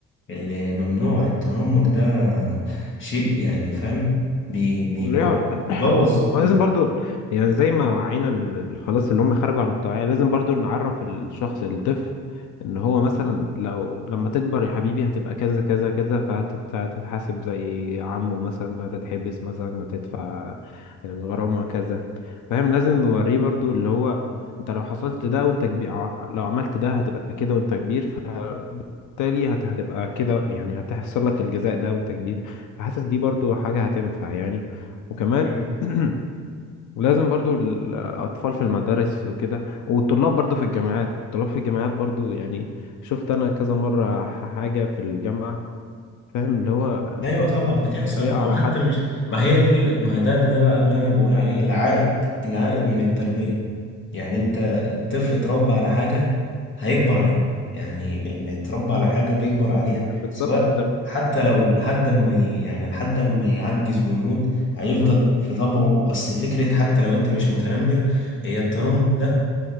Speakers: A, on the left (about 40°); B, on the left (about 85°).
A: اللي ممنوع التنمر ده شيء يعني فاهم بي- بيبوظ
B: وليه-
A: بيبوظ
B: <coughs> <clears throat> ولازم برضو يعني زي ما وعينا ال- ال- خلاص اللي هم خرجوا عن التوعية لازم برضو نعرف الشخص الطفل ان هو مثلا لو لما تكبر يا حبيبي هتبقى كذا كذا كذا فهتتحاسب زي عمه مثلا هتتحبس مثلا هتدفع الغرامة كذا فاهم لازم نوريه برضو اللي هو انت لو حصلت ده وانت كبير ع- لو عملت ده هتبقى كده وانت كبير بالتالي هت- هتبقى كده يعني هتحصل لك الجزاء ده وانت كبير حاسس دي برضو حاجة هتنفع يعني وكمان
A: لا.
B: <clears throat> لازم برضو الأطفال في المدارس وكده والطلاب برضو في الجامعات الطلاب في الجامعات برضو يعني شفت أنا كذا مرة ح- حاجة في الجامعة فاهم اللي هو آه،
A: ايوه طبعا
B: آه،
A: بتحصل
B: طريقة على
A: وحتى
B: حد
A: مش
B: مم.
A: ما هي دي ال... ما ده اللي ده بقى اللي انا بقول عليه العائد العائد من التربيه يعني انت الطفل اتربى على حاجه هيكبر
B: آه،
A: عليها يعني اللي اتربى على حاجه بيكبر عليها
B: بالظبط
A: سواء
B: ده اللي-
A: حتى لو
B: مم.
A: لحد ما ي... يعني لحد ما يعجز ويموت هيفضل
B: مم.
A: في طبعه اصل فكره حتى لو انت مش متنمر هي التنمر
B: أيوه
A: ده